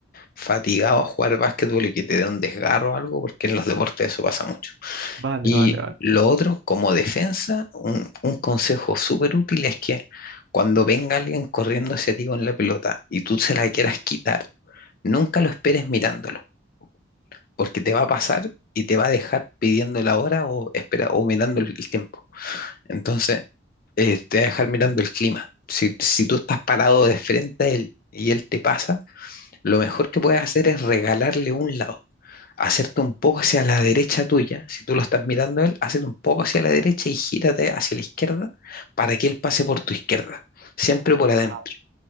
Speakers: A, on the left; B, on the right.
A: fatigado a jugar básquetbol y que te dé un desgarro o algo, porque en los deportes eso pasa mucho.
B: Vale,
A: Y
B: vale, vale.
A: lo otro, como defensa, un, un consejo súper útil es que cuando venga alguien corriendo hacia ti con la pelota y tú se la quieras quitar, nunca lo esperes mirándolo, porque te va a pasar y te va a dejar pidiendo la hora o, espera, o mirando el, el tiempo. Entonces, eh, te va a dejar mirando el clima. Si, si tú estás parado de frente a él y él te pasa, lo mejor que puedes hacer es regalarle un lado hacerte un poco hacia la derecha tuya, si tú lo estás mirando a él, hacete un poco hacia la derecha y gírate hacia la izquierda para que él pase por tu izquierda, siempre por adentro.
B: Ah,